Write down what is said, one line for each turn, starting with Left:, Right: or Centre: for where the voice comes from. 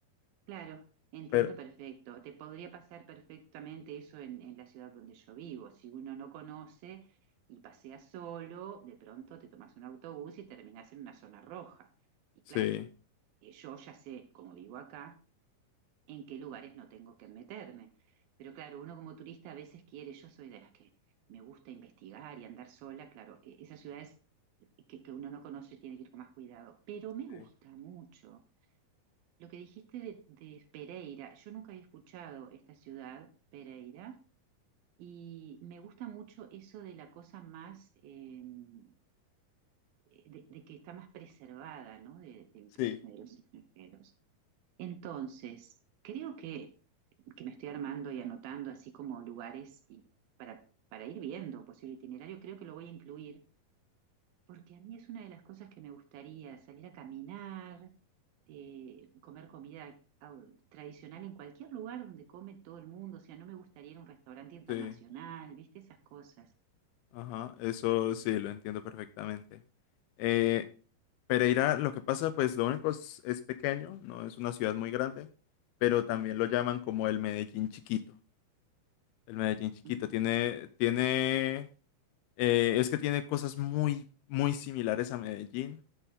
Right: claro, entiendo
Left: Pero
Right: perfecto. Te podría pasar perfectamente eso en, en la ciudad donde yo vivo. Si uno no conoce y pasea solo, de pronto te tomas un autobús y terminas en una zona roja. Y
Left: sí,
Right: claro, eh, yo ya sé, como vivo acá. en qué lugares no tengo que meterme. Pero claro, uno como turista a veces quiere, yo soy de las que me gusta investigar y andar sola, claro, e- esas ciudades que, que uno no conoce tiene que ir con más cuidado, pero me
Left: sí,
Right: gusta mucho. Lo que dijiste de, de Pereira, yo nunca había escuchado esta ciudad, Pereira, y me gusta mucho eso de la cosa más, em, eh, de, de que está más preservada, ¿no? De- del
Left: sí.
Right: turismo y de los extranjeros. Entonces, creo que, que me estoy armando y anotando así como lugares y para, para ir viendo un posible itinerario, creo que lo voy a incluir, porque a mí es una de las cosas que me gustaría, salir a caminar, eh, comer comida ah, tradicional en cualquier lugar donde come todo el mundo, o sea, no me gustaría ir a un restaurante internacional,
Left: sí.
Right: ¿viste? Esas cosas.
Left: Ajá, eso sí, lo entiendo perfectamente. Eh, Pereira, lo que pasa, pues lo único es, es pequeño, no es una ciudad muy grande, pero también lo llaman como el Medellín chiquito. El Medellín chiquito
Right: Y-
Left: tiene, tiene, eh, es que tiene cosas muy, muy similares a Medellín,